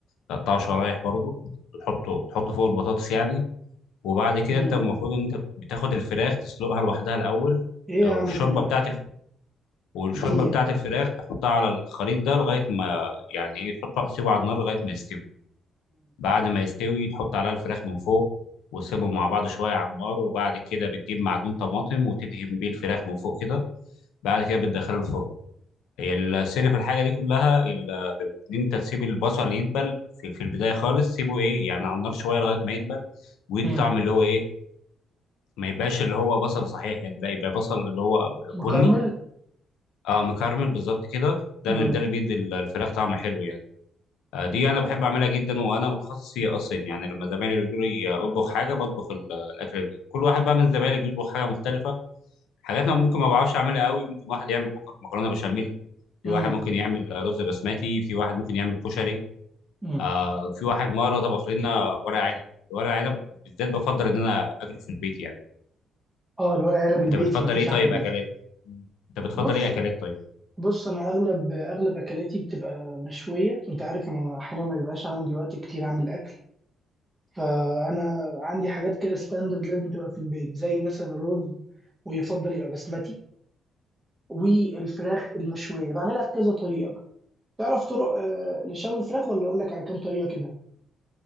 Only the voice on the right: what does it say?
مم.
ايه
يا
عم كل
ده
كتير
مم.
مكرمل
امم
امم
امم
اه الورق عنب البيتي
ما فيش
احلى
منه
بص
بص انا اغلب اغلب اكلاتي بتبقى مشويه انت عارف انا احيانا ما بيبقاش عندي وقت كتير اعمل اكل فانا عندي حاجات كده ستاندرد لازم تبقى في البيت زي مثلا الرز ويفضل يبقى بسمتي والفراخ المشويه بعملها بكذا طريقه بقى تعرف طرق آه، لشوي الفراخ ولا اقول لك على كام طريقه كده